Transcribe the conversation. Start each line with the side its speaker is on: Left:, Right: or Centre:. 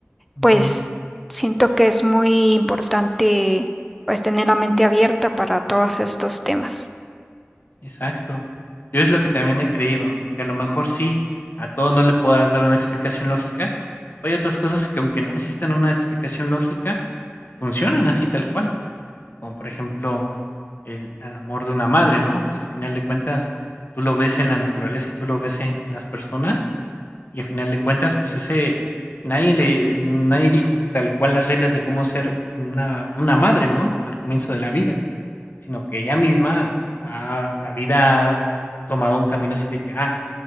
Left: Ujú.
Centre: pues siento que es muy importante pues tener la mente abierta para todos estos temas.
Left: Exacto. Yo es lo que también he creído, que a lo mejor sí, a todo no le podrás dar una explicación lógica, pero hay otras cosas que aunque no necesitan una explicación lógica, funcionan así tal cual, como por ejemplo el, el amor de una madre, ¿no? O sea, a final de cuentas, tú lo ves en la naturaleza y tú lo ves en, en las personas y a final de cuentas, pues ese, nadie le, nadie dijo tal cual las reglas de cómo ser una, una madre, ¿no? Al comienzo de la vida sino que ella misma ha la vida ha tomado un camino así de que, ah,